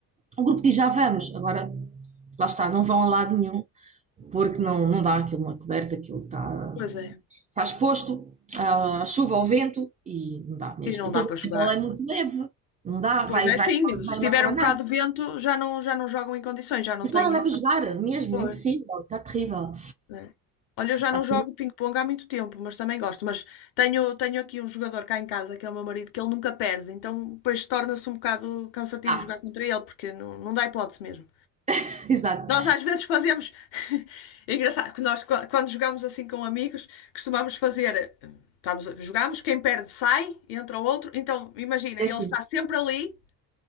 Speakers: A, on the right; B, on the left.
A: o grupo diz já vamos, agora lá está, não vão a lado nenhum, porque não, não dá aquilo na coberta, aquilo está,
B: Pois é.
A: está exposto à chuva, ao vento e não dá mesmo.
B: E não
A: E depois
B: dá para
A: a
B: jogar.
A: bola é muito leve, não dá,
B: Pois
A: vai,
B: é,
A: vai,
B: sim. Se
A: vai
B: tiver
A: uma rabanada.
B: um bocado de vento, já não, já não jogam em condições, já não
A: Mas
B: tenho.
A: não dá para jogar mesmo,
B: Pois,
A: é impossível, está terrível.
B: é. Olha, eu já
A: Está
B: não
A: terrível.
B: jogo ping-pong há muito tempo, mas também gosto. Mas tenho, tenho aqui um jogador cá em casa, que é o meu marido, que ele nunca perde. Então, depois torna-se um bocado cansativo
A: Ah,
B: jogar contra ele, porque não, não dá hipótese mesmo.
A: <laughs> exato,
B: Nós às vezes fazemos. <laughs> É engraçado que nós, qua- quando jogamos assim com amigos, costumamos fazer. eh, Estamos, a- jogamos, quem perde sai, entra o outro. Então, imagina,
A: é
B: ele
A: assim,
B: está sempre ali.